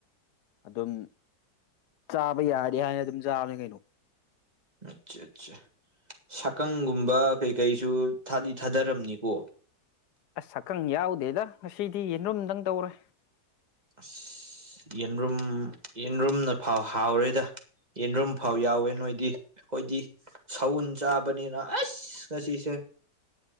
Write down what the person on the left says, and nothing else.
ꯑꯗꯨꯝ ꯆꯥꯕ ꯌꯥꯔꯗꯤ ꯍꯥꯏꯅ ꯑꯗꯨꯝ ꯆꯥꯕꯅꯤ ꯀꯩꯅꯣ
ꯑꯁ ꯁꯛꯈꯪ ꯌꯥꯎꯗꯦꯗ ꯉꯁꯤꯗꯤ ꯌꯦꯟꯔꯨꯝꯗꯪ ꯇꯧꯔꯦ